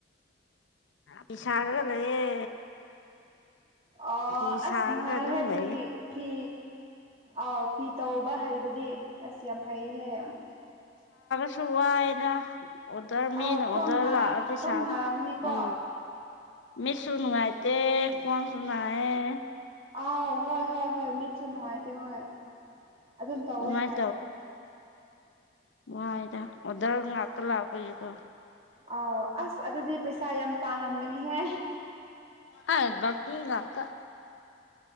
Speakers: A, on the left (about 80°); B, on the right (about 30°).
A: ꯄꯁꯥꯒ ꯂꯩꯌꯦ
B: ꯑ
A: ꯐꯤ
B: ꯑꯁ
A: ꯁꯥꯔꯒ
B: ꯅꯨꯡꯉꯥꯏꯍꯦ
A: ꯑꯗꯨꯝ ꯂꯩꯌꯦ
B: ꯐꯤ ꯐꯤ ꯑꯥꯎ ꯐꯤ ꯇꯧꯕ ꯍꯩꯕꯗꯤ ꯑꯁ ꯌꯥꯝ ꯐꯩꯍꯦ
A: ꯀꯁꯨ ꯋꯥꯏꯅ ꯑꯣꯗꯔ ꯃꯤꯅ
B: ꯑꯥꯎ
A: ꯑꯣꯗꯔ
B: ꯈ꯭ꯋꯥꯡꯅ
A: ꯂꯥꯛꯑꯗꯤꯣꯏ
B: ꯈ꯭ꯋꯥꯡ
A: ꯁꯥꯔ
B: ꯅꯥꯔꯝꯅꯤꯀꯣ
A: ꯎꯝ ꯃꯤ ꯁꯅ ꯍꯥꯏꯠꯇ ꯀꯣꯟ ꯁꯅꯦ
B: ꯑꯥꯎ ꯍꯣꯏ ꯍꯣꯏ ꯍꯣꯏ ꯃꯤꯠꯁꯨ ꯅꯉꯥꯏꯗ ꯍ ꯑꯗꯨꯝ ꯇꯧꯋꯦ
A: ꯑꯗꯨꯃꯥꯏꯅ
B: ꯍꯥꯏ
A: ꯋꯥꯗ ꯑꯣꯗꯔ ꯉꯥꯛꯇ ꯂꯥꯛꯄ ꯀ
B: ꯑꯥꯎ ꯑꯁ ꯑꯗꯨꯗꯤ ꯄꯩꯁꯥ ꯌꯥꯝ ꯄꯥꯝꯔꯝꯒꯅꯤꯍꯦ
A: ꯍꯥꯏꯠ ꯏꯒ